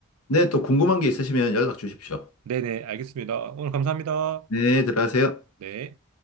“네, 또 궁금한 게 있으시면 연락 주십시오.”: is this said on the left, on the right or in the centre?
Left